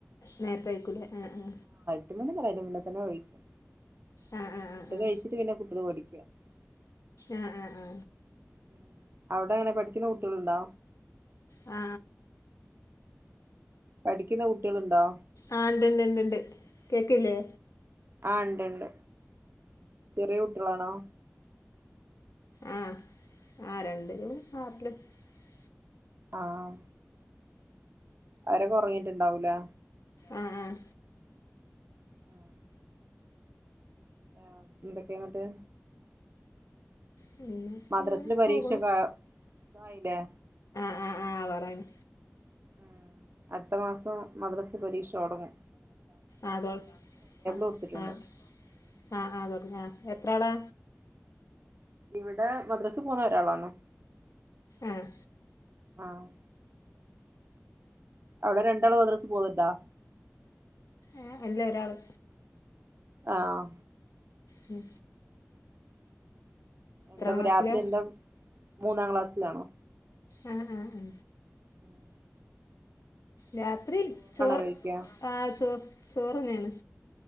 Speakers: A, on the left; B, on the right.
A: നേരത്തെ കഴിക്കുലേ ഹേ ഹേ
B: അങ്ങനെഒന്നും അല്ല അയിന്റെ മുബതന്നെ കഴിയും
A: ആഹ് ആഹ്
B: ഫുഡ്
A: ആഹ്
B: കഴിച്ചിട്ട് പിന്നെ കുട്ടികൾ പഠിക്കു ഒക്കെ <unintelligible>
A: ആ ആ ആ
B: മ് അവടെ എങ്ങനെ പഠിക്കുന്ന കുട്ടികള്ണ്ടോ?
A: ആ
B: പഠിക്കുന്ന കുട്ടികളുണ്ടോ
A: ആഹ് ഉണ്ടുണ്ടുണ്ടുണ്ട് കേൾക്കുന്നില്ലേ
B: ആ ഉണ്ടുണ്ട് ചെറിയ കുട്ടികളാണോ
A: ആഹ് ആഹ് രണ്ടിലും <unintelligible>
B: ആഹ് അവരൊക്കെ ഒറങ്ങീട്ടുണ്ടാവൂലേ
A: ആഹ് ആഹ്
B: ആഹ് ആഹ് എന്തൊക്കയാ ഇങ്ങട്ട്
A: പിന്നെ
B: മദ്രാസെല്
A: അങ്ങനെ
B: പരീക്ഷക്കേ
A: പോകണു
B: ആഹ് ഇതായില്ലേ
A: ആഹ് ആഹ് പറേണ്
B: ആഹ്‌ അടുത്ത മാസം മദ്രസെ പരീക്ഷ തൊടങ്ങും
A: ആഹ് തൊ ആഹ്
B: കൊടുത്തിട്ടുണ്ട്
A: ആഹ് ആഹ് ആ തൊടങ്ങ ആഹ് എത്രാളാ
B: ഇവിടെ മദ്രാസ് പോവുന്ന ഒരാളാണോ
A: ആഹ്
B: ആഹ് അവിടെ രണ്ടാള് മദ്രസ പോന്നിണ്ടാ
A: ഏഹ് ഇല്ല ഒരാള്
B: ആഹ്
A: മ്
B: എന്താപ്പാ
A: ക്ലാസ്സിലാ
B: രാത്രി എന്താ? മൂന്നാം ക്ലാസ് സിലാണോ?
A: ആഹ് ആഹ് അഹ്
B: ഉം
A: രാത്രി ചോറ്
B: കഴിക്കാ
A: ആ ചോ ചോറ്ന്നെയാണ്.